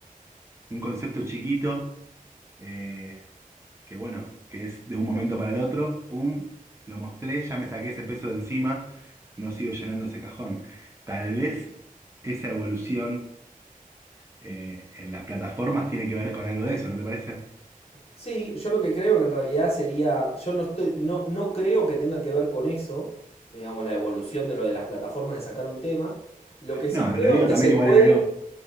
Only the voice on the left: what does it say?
Sí, yo lo que creo que en realidad sería, yo no estoy, no, no creo que tenga que ver con eso, digamos, la evolución de lo de las plataformas de sacar un tema. Lo que sí
creo
es que
se
puede,